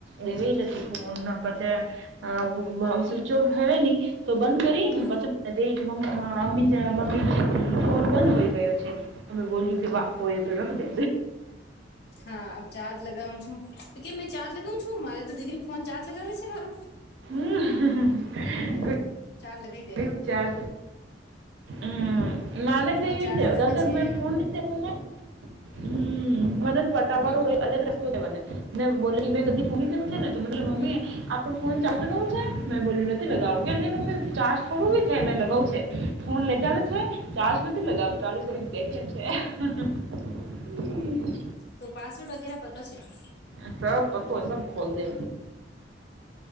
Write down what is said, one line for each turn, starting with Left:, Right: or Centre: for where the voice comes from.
Right: દેવી નથી ફોન પછી હ સ્વીચ ઓફ હેવે નની તો બંધ કરીને
Left: હમ
Right: પાછ. દેખ મમ્મી મમ્મી ફોન બંધ હોઈ ગયો છે. અમે બોલ્યું કે વાહ હો એ તો રખ દે.
Left: હા ચાર્જ લગાવવાનો છું તો કેમ મેં ચાર્જ લગાવું છું મારે તો દીકરી ફોન ચાર્જ લગાવે છે મારું
Right: હમ.
Left: ચાર લગાઈ
Right: વિચાર હમ મને તો
Left: ફોન ચાર્જ
Right: છેાદર
Left: લગાવે છે
Right: મેં
Left: ને
Right: ફોન <inaudible> વું ને હમ મને જ પટાવાું
Left: હમ
Right: હોય અલગ રસ્તો છેવા ને <inaudible> મેં બોલા કે મેં કદી ફોમ દઉં ને તો મતલબમમ્મિ
Left: હમ
Right: આપ <unintelligible> ફોન ચાર્જ લગાવું છે મેં બોલ્યું નથીલગાવું કે ન અ ચાર્જ થોડું બી છે મેં લગાવુ છે. ફોન લેજાવે છે ચાર્જ નથી લગાવે ચાલુ કરી દેખે છે. હમ.
Left: તો પાસવર્ડ વગેરે પતો છેને
Right: સબ પતો સબ ખોલ દને